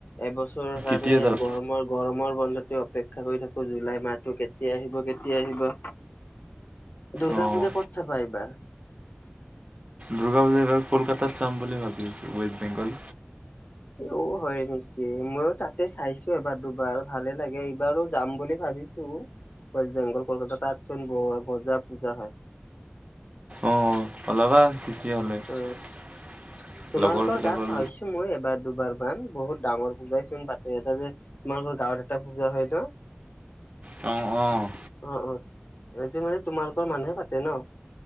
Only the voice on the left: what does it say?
এবছৰৰ কাৰণে,
গৰমৰ গৰমৰ বন্ধত অপেক্ষা কৰি থাকোঁ। জুলাই মাহটো কেতিয়া আহিব! কেতিয়া আহিব! দুৰ্গা
পূজা ক'ত চাবা এইবাৰ?
অ'! হয় নেকি মইয়ো তাতে চাইছোঁ এবাৰ, দুবাৰ ভালে লাগে। এইবাৰো যাম বুলি ভাবিছোঁ! ৱেষ্ট বেংগল কলকাতা তাতচোন মজা পূজা হয়।
অ তোমালোকৰ
গাঁৱত চাইছোঁ মই এবাৰ দুবাৰ মান। বহুত ডাঙৰ পূজাই চোন পাতে। এটা যে, তোমালোকৰ গাঁৱত এটা পূজা হয় ন'।
অ অ এইটো মানে, তোমালোকৰ মানুহে পাতে ন'।